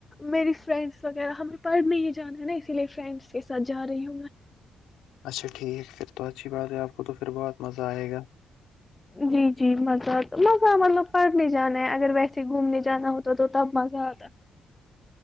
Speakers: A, on the left; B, on the left.
A: میری فرینڈس وغیرہ ہمیں پڑھ نہیں جانا ہے نا اسی لیے فرینڈس کے ساتھ جا رہی ہوں میں
B: اچھا ٹھیک ہے پھر تو اچھی بات ہے آپ کو تو پھر بہت مزہ آئے گا
A: جی جی مزہتا مزہ مطلب پڑھنے جانا ہے اگر ویسے گھومنے جانا ہوتا تو تب مزہ آتا